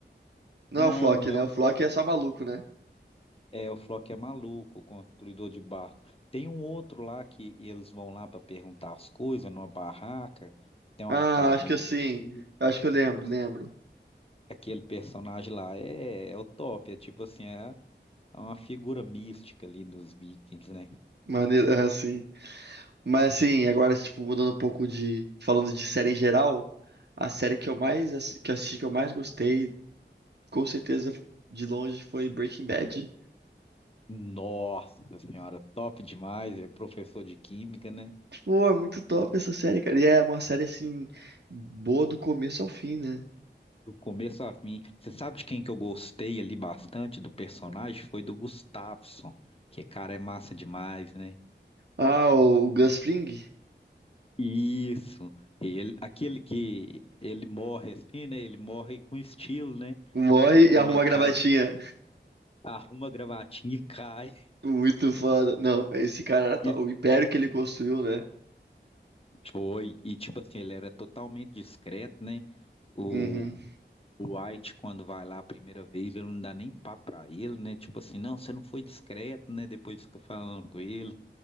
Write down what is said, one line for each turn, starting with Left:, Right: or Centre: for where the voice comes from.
Right: Não
Left: Não,
Right: é o Flock,
Left: não
Right: né?
Left: é o
Right: O
Left: Flock,
Right: Flock é só
Left: não.
Right: maluco, né?
Left: É, o Flock é maluco, construidor de barco. Tem um outro lá que eles vão lá para perguntar as coisas numa barraca, tem uma
Right: Ah,
Left: cara
Right: acho
Left: meio
Right: que assim.
Left: esquisita.
Right: Acho que eu lembro, lembro.
Left: Aquele personagem lá é, é o top, é tipo assim, é É uma figura mística ali dos Vikings, né?
Right: Maneiro, <laughs> assim. Mas assim, agora, tipo, mudando um pouco de. Falando de série em geral, a série que eu mais assi- que eu assisti, que eu mais gostei, com certeza, de longe, foi Breaking Bad.
Left: Nossa senhora, top demais. É professor de química, né?
Right: Pô, é muito top essa série, cara. E é uma série, assim, boa do começo ao fim, né?
Left: Do começo a fim. Você sabe de quem que eu gostei ali bastante do personagem? Foi do Gustafsson, que cara é massa demais, né?
Right: Ah, o, o Gus Fring
Left: Isso. Ele, aquele que ele morre assim, né? Ele morre com estilo, né?
Right: morre
Left: Fica
Right: e arruma
Left: metade,
Right: a gravatinha.
Left: arruma a gravatinha e <laughs> cai.
Right: Muito foda. Não, esse cara era to-
Left: E
Right: o império que ele construiu, né?
Left: foi. E tipo assim, ele era totalmente discreto, né? O,
Right: Uhum.
Left: O White, quando vai lá a primeira vez, ele não dá nem papo pra ele, né? Tipo assim, não, você não foi discreto, né? Depois fica falando com ele.